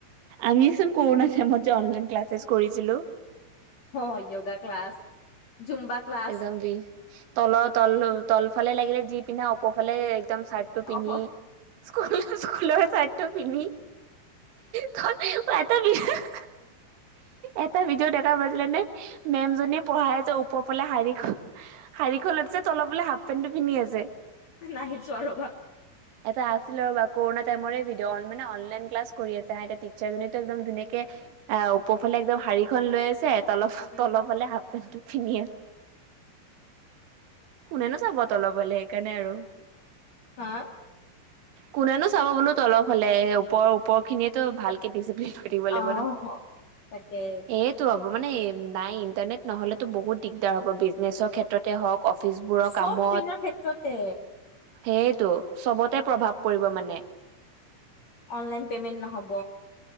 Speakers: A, on the right (about 80°); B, on the left (about 45°).
A: আমিচোন কৰোণা টাইমত যে অনলাইন ক্লাছেছ কৰিছিলো।
B: অঁ য়গা ক্লাছ। জুম্বা ক্লাছ
A: একদম বি তল তল তলফালে লাগিলে যি পিন্ধা অপৰফালে একদম চাৰ্টো পিন্ধি
B: অ
A: স্কুলৰ স্কুল চাৰ্টো পিন্ধি। তই হাঁ হাঁ <unintelligible> এটা ভিডিঅ' দেখা মাজিলে নে মেম জনীয়ে পঢ়াই আছে ওপৰ ফালে শাৰী শাৰীখনত যে তলৰ ফালে হাফ পেন্ট টো পিন্ধি আছে
B: নাই চোৱা ৰবা।
A: এটা আছিলে ৰবা কৰোনা টাইমৰে ভিডিঅ, মানে অনলাইন ক্লাছ কৰি আছে এ টিচাৰ জনী টো একদম ধুনীয়াকে ওপৰফালে একদম শাৰী খন লৈ আছে তল
B: উম
A: তলপ হালে হাফ পেণ্টটো পিন্ধি আছে। কোনেনো চাব তল ফালে সেইকাৰণে আৰু।
B: হাঁ?
A: কোনেনো চাব বোলো তলৰ ফালে ওপৰৰ ওপৰ খিনিয়ে তো ভালকে দি থৈ দিব লাগিব
B: অহ
A: নহ
B: তাকে
A: এই টো মানে নাই ইণ্টাৰনেট নহ'লেতো বহুত দিগদাৰ হ'ব বিজনেছৰ ক্ষেত্ৰতে হওঁক। অফিচবোৰৰ
B: চব
A: কামত।
B: পিনৰ ক্ষেত্ৰতে
A: সেইটো চবতে প্ৰভাৱ পৰিব মানে।
B: অনলাইন পেমেণ্ট নহব।